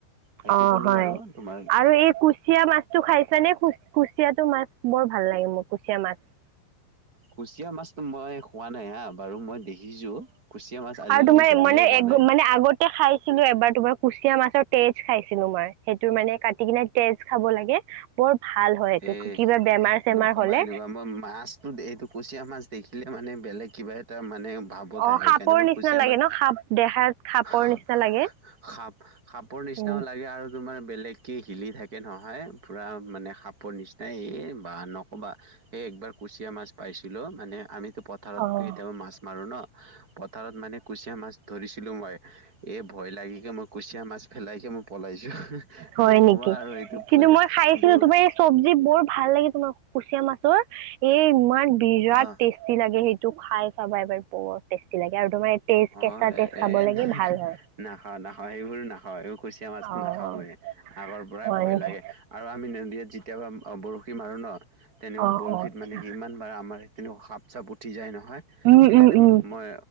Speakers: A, on the right (about 20°); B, on the right (about 80°).
A: সেইটো
B: অ
A: ক'লো
B: হয়
A: বাৰু তোমা
B: আৰু এই কুচিয়া মাছটো খাইছ নে কুচিয়াটো মাছ বৰ ভাল লাগে মোৰ কুচিয়া মাছ <inaudible>
A: কুচিয়া মাছ মই খোৱা নাই হা বাৰু মই দেখিছো কুচিয়া মাছ আজিলৈকে
B: আৰু তোমাৰ
A: ধৰিয়
B: মানে
A: পোৱা নাই
B: মানে আগতে খাইছিলো এবাৰ তোমাৰ কুচিয়া মাছৰ তেজ খাইছিলো মই সেইটো মানে কাটি কিনে তেজ খাব লাগে। বৰ ভাল হয় এইটো
A: হে
B: কিবা বেমাৰ চেমাৰ
A: নক'বা
B: হলে
A: এনেকুৱা। মই মাছতো এইটো কুচিয়া মাছ দেখিলে মানে বেলেগ কিবা এটা মানে ভাৱত
B: অ
A: আহে।
B: সাপৰ
A: সেইকাৰণে মই
B: নিচিনা
A: কুছিয়া
B: লাগে
A: মাছ
B: ন সাপ দেহাত সাপৰ
A: হ্ হ্
B: নিচিনা লাগে
A: সাপ-সাপৰ নিচিনাও
B: উম
A: লাগে আৰু তোমাৰ বেলেগকে হিলি থাকে। চিকেন সহায় পুৰা মানে সাপৰ নিচিনাই, এই বা নকবা একবাৰ কুচি কতিয়া মাছ পাইছিলো মানে আমিতো পথাৰত
B: অ
A: কেতিয়াবা মাছ মাৰো ন। পথাৰত মানে কুচিয়া মাছ ধৰিছিলো মই। এ ভয় লাগি কি মই কুচিয়া মাছ ফেলায়কে মই পলাইছো। হি হ
B: হয়
A: নকবা
B: নেকি?
A: আৰু এইটো
B: কিন্তু মই খাইছিলো
A: বৰ
B: তোমাৰ এই চব্জি বৰ ভাল লাগে তোমাৰ কুচিয়া মাছৰ। এই ইমান বিৰাট
A: অ
B: টেষ্টি লাগে সেই টো খাই চাবা এবাৰ। বৰ টেষ্টি লাগে আৰু তোমাৰ তেজ কেঁচা
A: অ এ
B: তেজ খাব
A: এ
B: লাগে
A: ন
B: ভাল হয়।
A: নাখাও, নাখাও, সেইবোৰ নাখাও। এইবোৰ কুচিয়া মাছটো
B: অ'
A: নাখাও মই। আগৰ পৰাই
B: হয়
A: ভয়
B: নেকি?
A: লাগে আৰু আমি নদীত যেতিয়াবা বৰশী মাৰো ন। তেনেকুৱা
B: অ'
A: বৰ
B: অ' আচ্ছা।
A: মানে কি ইমান বাৰ আমাৰ সিপিনেও সাপ চাপ উঠ উঠি যাই নহয়, সেইকাৰণে
B: উম উম উম
A: মই